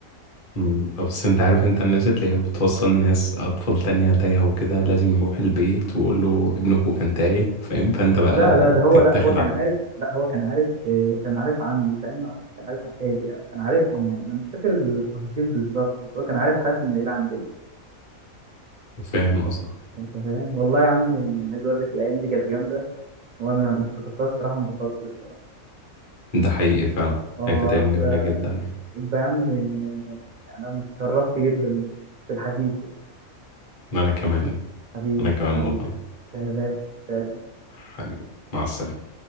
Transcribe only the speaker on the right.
لا لا ده هو
لا هو كان
عارف لا هو كان عارف إيه كان عارف عمي فاهم أو كان عارف خالي أو كان عارفهم يعني انا مش فاكر التفاصيل بالظبط بس هو كان عارف حد من العيلة عندنا
انت فاهم والله يا عم عايز اقول لك الايام دي كانت جامدة وانا لما افتكرتها الصراحة انبسطت الصراحة
اه
ابقى
ابقى يا عم انا اتشرفت جدا بالحديث يعني
حبيبي
حبيبي
سلام سلام